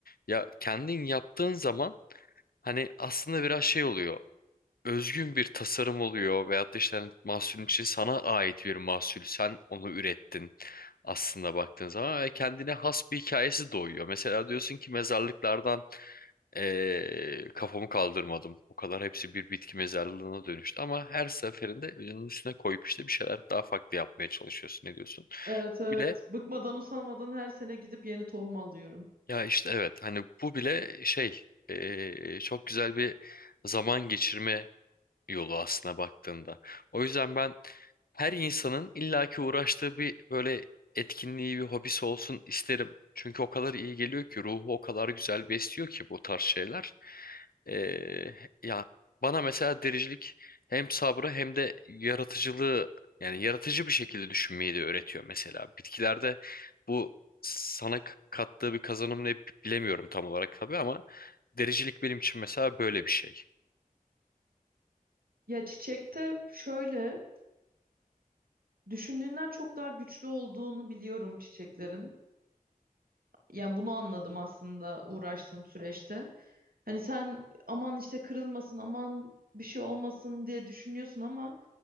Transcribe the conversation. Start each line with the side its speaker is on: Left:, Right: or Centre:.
Left: Ya kendin yaptığın zaman hani aslında biraz şey oluyor. Özgün bir tasarım oluyor veyahut da işte hani mahsulün için sana ait bir mahsul. Sen onu ürettin aslında baktığın zaman ve kendine has bir hikayesi doğuyor. Mesela diyorsun ki mezarlıklardan ee, kafamı kaldırmadım. O kadar hepsi bir bitki mezarlığına dönüştü ama her seferinde onun üstüne koyup işte bir şeyler daha farklı yapmaya çalışıyorsun. Ne diyorsun?
Right: Evet
Left: Bu
Right: evet.
Left: bile
Right: Bıkmadan usanmadan her sene gidip yeni tohum alıyorum.
Left: ya işte evet hani bu bile şey ee, çok güzel bir zaman geçirme yolu aslına baktığında. O yüzden ben her insanın illaki uğraştığı bir böyle etkinliği bir hobisi olsun isterim. Çünkü o kadar iyi geliyor ki ruhu o kadar güzel besliyor ki bu tarz şeyler. Ee, ya bana mesela dericilik hem sabrı hem de yaratıcılığı yani yaratıcı bir şekilde düşünmeyi de öğretiyor mesela. Bitkilerde bu sana k- kattığı bir kazanım ne bilemiyorum tam olarak tabii ama dericilik benim için mesela böyle bir şey.
Right: Ya çiçekte şöyle düşündüğünden çok daha güçlü olduğunu biliyorum çiçeklerin. Yani bunu anladım aslında uğraştığım süreçte. Hani sen aman işte kırılmasın aman bir şey olmasın diye düşünüyorsun ama